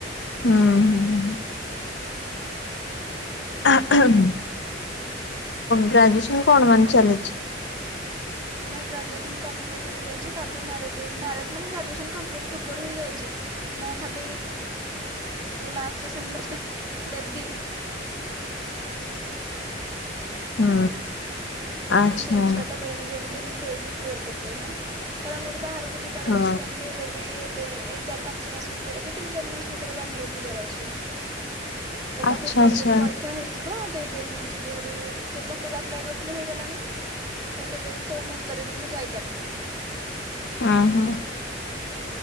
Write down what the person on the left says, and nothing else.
ହୁଁ ହୁଁଁ। <unintelligible> ଗ୍ରାଜୁଏସନ୍ କଣ ମାନେ ଚାଲିଛି।
ହୁଁ। ଆଚ୍ଛା।
ହଁ।
ଆଚ୍ଛା
ଆଚ୍ଛା
ଅ ହଁ।